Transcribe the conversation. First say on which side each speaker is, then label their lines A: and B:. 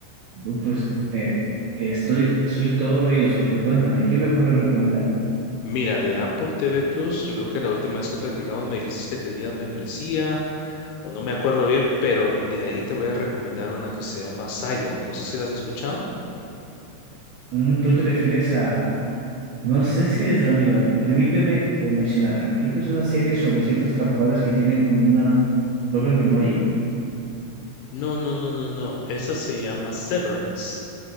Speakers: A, on the right (about 75°); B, on the left (about 80°).
A: No, Pues eh, estoy, soy todo oídos, Jorge. Cuéntame, ¿qué me puedes recomendar?
B: Mira, de Apple TV Plus, yo creo que la última vez que platicamos me dijiste que tenías membresía o no me acuerdo bien, pero de ahí te voy a recomendar una que se llama Silo. No sé si la has escuchado.
A: Mm, ¿tú te refieres a... No sé si es la misma. A ver, permíteme eh, mencionar. A ver, creo que es una serie sobre ciertos trabajadores que tienen como una doble memoria.
B: No, no, no, no, no. Esa se llama Severance.